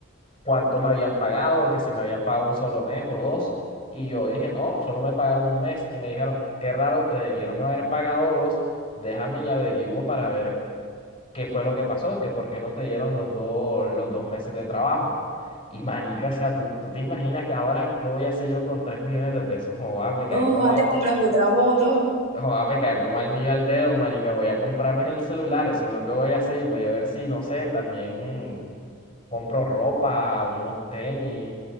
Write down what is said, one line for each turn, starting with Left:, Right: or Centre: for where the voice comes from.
Left: cuánto me habían pagado, que si me habían pagado un solo mes o dos. Y yo dije, no, solo me pagaron un mes. Y me dijeron, qué raro, te debieron haber pagado dos. Déjame y averiguo para ver qué fue lo que pasó, que por qué no te dieron los dos, los dos meses de trabajo. Y marica, o sea, ¿tú, tú te imaginas que ahora qué voy a hacer yo con tres millones de pesos? Joder, me caí
Right: Ojo,
Left: como,
Right: ah,
Left: ani-
Right: te compras otra moto.
Left: Joder, me cago como al niño al dedo, marica. Voy a comprarme el celular, eso es lo que voy a hacer. Y voy a ver si, no sé, también compro ropa, unos tenis